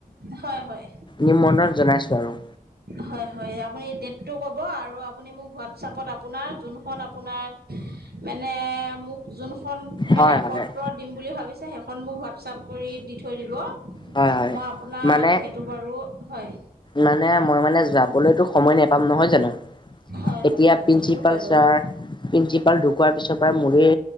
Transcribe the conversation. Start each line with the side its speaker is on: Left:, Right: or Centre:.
Right: হয় হয়
Left: নিমন্ত্ৰণ জনাইছোঁ আৰু
Right: হয়ঁ হয়ঁ! আপুনি ডেটটো ক'ব আৰু আপুনি মোক হোৱাটছপত আপোনাৰ যোনখন আপোনাৰ মানে মোক যোনখন মানে
Left: হয় হয়
Right: পত্ৰ দিম বুলি ভাবিছে সেইখন মোক হোৱাটছআপ কৰি দি থৈ দিব।
Left: হয় হয়
Right: মই আপোনাক
Left: মানে
Right: সেইটো বাৰু হয়।
Left: মানে মই মানে যাবলৈতো সময় নোপাম নহয় জানো
Right: হয়
Left: এতিয়া
Right: হয় হয়
Left: প্ৰিন্সিপাল
Right: সেইটো হয়
Left: ছাৰ
Right: বাৰু
Left: প্ৰিন্ঞ্চিপাল ঢুকোৱাৰ পিছৰ পৰাই মোৰে